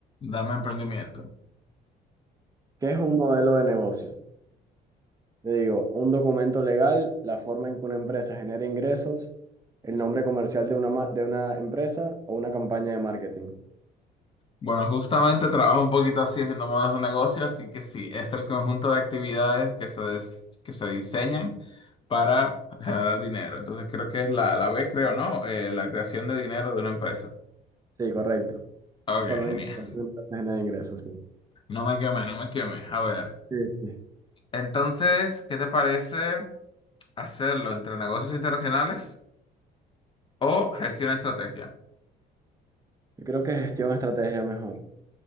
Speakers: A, on the left; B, on the right.
A: Dame emprendimiento.
B: ¿Qué es un modelo de negocio? Le digo, un documento legal, la forma en que una empresa genera ingresos, el nombre comercial de una, ma- de una empresa o una campaña de marketing.
A: Bueno, justamente trabajo un poquito así haciendo modelos de negocio, así que sí, es el conjunto de actividades que se, des- que se diseñan para generar dinero. Entonces creo que es la, la B, creo, ¿no? Eh, la creación de dinero de una empresa.
B: Sí, correcto.
A: Ok,
B: La forma
A: genial.
B: en que se genera ingresos, sí.
A: No me quemé, no me quemé. A ver.
B: Sí, sí.
A: Entonces, ¿qué te parece hacerlo entre negocios internacionales o gestión estrategia?
B: Yo creo que gestión estrategia mejor.